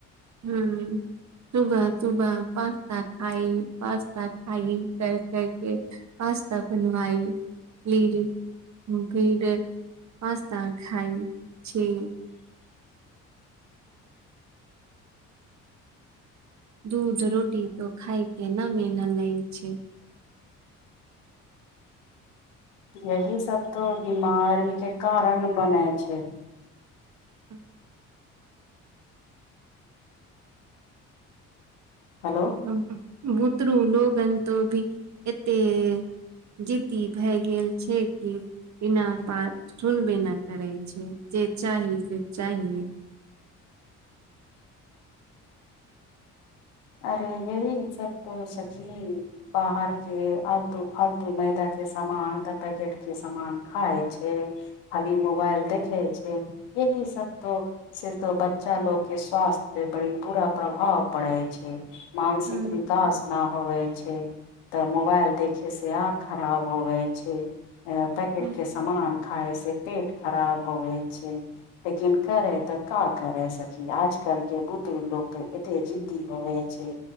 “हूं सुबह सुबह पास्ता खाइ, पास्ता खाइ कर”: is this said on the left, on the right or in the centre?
Right